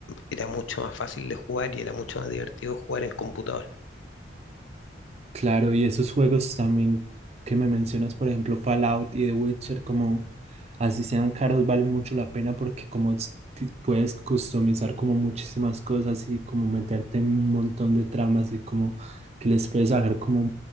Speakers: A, on the left; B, on the right.
A: era mucho más fácil de jugar y era mucho más divertido jugar en computador.
B: Claro, y esos juegos también que me mencionas, por ejemplo, Fallout y The Witcher, como así sean caros, valen mucho la pena porque como s- ti- puedes customizar como muchísimas cosas y como meterte en un montón de tramas y como que les puedes sacar como